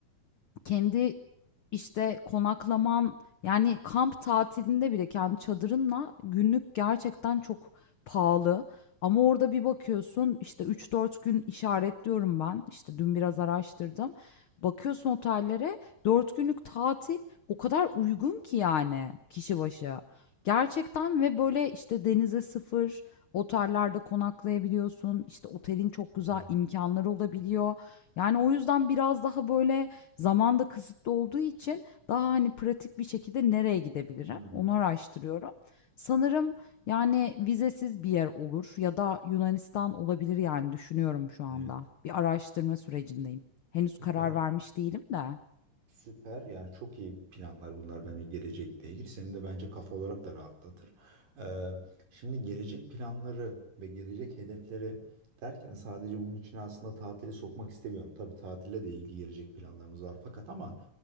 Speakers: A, on the left; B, on the right.
A: kendi, işte, konaklaman, yani, kamp tatilinde bile kendi çadırınla günlük gerçekten çok pahalı ama orada bir bakıyorsun, işte, üç dört gün işaretliyorum ben, işte, dün biraz araştırdım. Bakıyorsun otellere, 4 günlük tatil o kadar uygun ki, yani, kişi başı. Gerçekten ve, böyle, işte, denize sıfır otellerde konaklayabiliyorsun, işte, otelin çok
B: Hmm.
A: güzel imkanları olabiliyor. Yani, o yüzden biraz daha, böyle, Zaman da kısıtlı olduğu için daha, hani, pratik bir şekilde nereye gidebilirim,
B: Hmm,
A: onu araştırıyorum. Sanırım, yani, vizesiz bir yer olur ya da Yunanistan olabilir, yani, düşünüyorum şu anda.
B: Evet.
A: Bir araştırma sürecindeyim. Henüz
B: Süper.
A: karar vermiş değilim de.
B: Süper. Yani çok iyi planlar bunlar bence gelecekle ilgili. Seni de bence kafa olarak da rahatlatır. Ee, şimdi gelecek planları ve gelecek hedefleri derken sadece bunun için aslında tatili sokmak istemiyorum. Tabii tatille de ilgili gelecek planlarımız var fakat ama